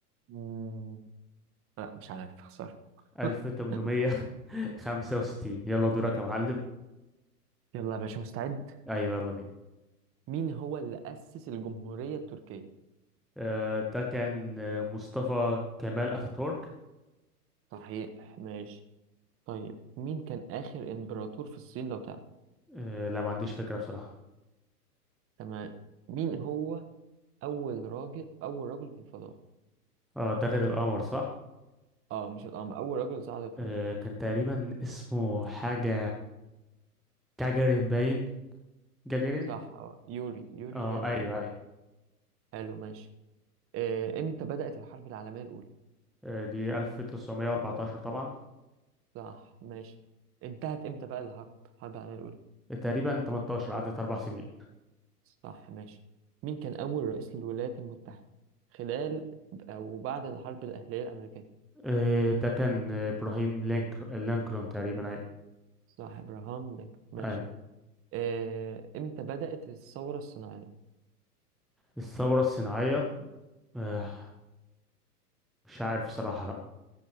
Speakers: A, on the right; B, in the centre.
A: مم، لا مش عارف خسارة
B: 1865
A: <laughs>
B: يلا دورك يا معلم
A: يلا يا باشا مستعد
B: أيوة يلا بينا
A: مين هو اللي أسس الجمهورية التركية
B: آه، ده كان آه، مصطفى كمال أتاتورك
A: صحيح ماشي طيب مين كان آخر إمبراطور في الصين لو تعلم
B: آه، لا ما عنديش فكرة بصراحة
A: تمام مين هو أول راجل أول رجل في الفضاء
B: اه ده غير القمر صح
A: اه مش القمر اول رجل صعد الفضاء
B: آه، كان تقريبا اسمه حاجة كاجرين باين جاجارين
A: صح اه يوري يوري
B: اه
A: جاجارين
B: ايوه ايوه
A: حلو ماشي آه، امتى بدأت الحرب العالمية الأولى
B: آه، دي 1914 طبعا
A: صح ماشي انتهت امتى بقى الحرب الحرب العالمية الأولى
B: تقريبا 18 عدت اربع سنين
A: صح ماشي مين كان أول رئيس للولايات المتحدة خلال أو بعد الحرب الأهلية الأمريكية
B: آه، ده كان آه، ابراهيم لينكل- لينكولن تقريبا ايوه
A: صح إبراهام لينكولن ماشي
B: ايوه
A: آه، امتى بدأت الثورة الصناعية
B: الثوره الصناعيه آه، مش عارف صراحه لا